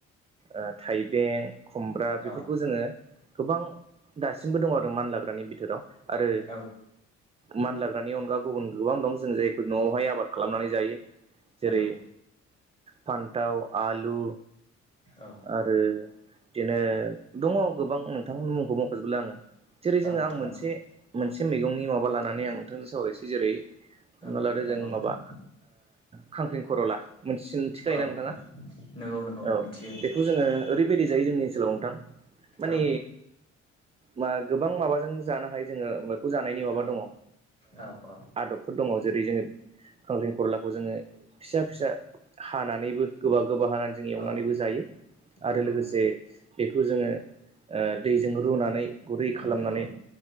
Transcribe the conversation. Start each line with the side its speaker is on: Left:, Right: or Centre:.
Right: ओ थाइबें खुमब्रा बेफोरखौ
Left: औ
Right: जोङो गोबां दासिमबो दङ आरो मानलाग्रानि बिथोराव आरो
Left: औ
Right: मान लाग्रानि अनगा गुबुन गोबां दं जों जायखौ न'आवहाय आबाद खालामनानै जायो जेरै
Left: नंगौ
Right: फान्थाव आलु
Left: औ
Right: आरो बिदिनो दङ गोबां नोंथांमोननि मुंखौ बुंखजोबला आङो जेरै जोङो
Left: औ
Right: आं
Left: नंगौ
Right: मोनसे मोनसे मैगंनि माव माने आं नोंथांजों सावरायसै जेरै हमना
Left: औ
Right: लादो
Left: नंगौ
Right: जों
Left: नोंथां
Right: माबा खांख्रिं खर'ला मोनसे सिन थिखायना
Left: औ
Right: नोंथाङा
Left: नंगौ नंगौ
Right: औ
Left: मिथियो नोंथां
Right: बेखौ जोङो ओरैबायदि जाय जोंनि ओनसोलाव नोंथां माने
Left: औ
Right: मा गोबां माबाजों जानो हायो जोङो मखौ जा
Left: औ
Right: दं ओ
Left: औ औ
Right: आदबफोर दङ जेरै जोङो खांख्रिं खलाखौ जोङो फिसा फिसा हानानैबो गोबा गोबा हानानै जों एवनानैबो
Left: औ
Right: जायो। आरो
Left: नंगौ
Right: लोगोसे
Left: नंगौ
Right: बेखौ जोङो ओ दैजों रुनानै गुरै खालामनानै
Left: नंगौ